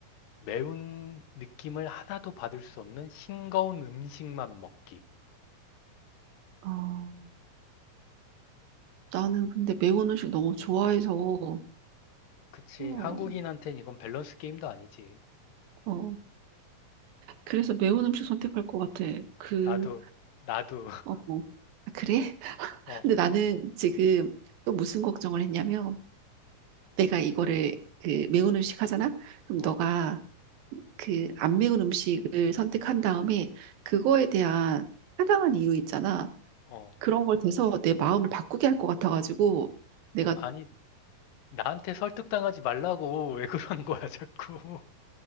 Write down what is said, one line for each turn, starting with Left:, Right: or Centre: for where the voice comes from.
Left: 매운 느낌을 하나도 받을 수 없는 싱거운 음식만 먹기.
Right: 어, 나는 근데 매운 음식 너무 좋아해서,
Left: 그치.
Right: 어,
Left: 한국인한테는 이건 밸런스 게임도 아니지.
Right: 어, 그래서 매운 음식 선택할 것 같아. 그,
Left: 나도, 나도, <laughs>
Right: 어, 어. 아, 그래? <laughs>
Left: 어,
Right: 근데 나는 지금 또 무슨 걱정을 했냐면, 내가 이거를 그 매운 음식 하잖아? 그럼
Left: 어,
Right: 너가 그 안 매운 음식을 선택한 다음에 그거에 대한 타당한 이유 있잖아.
Left: 어.
Right: 그런 걸 대서 내 마음을 바꾸게 할 것 같아가지고 내가
Left: 아니, 나한테 설득당하지 말라고 <laughs> 왜 그러는 거야, 자꾸. <laughs>